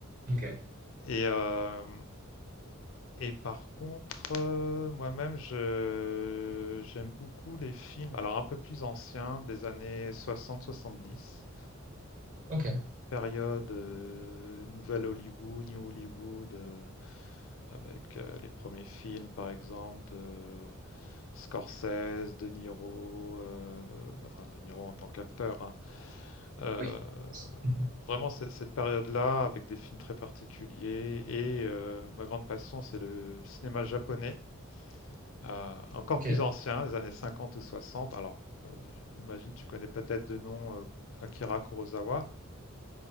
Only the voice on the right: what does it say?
Ok,
ok,
oui. <laughs>
Ok,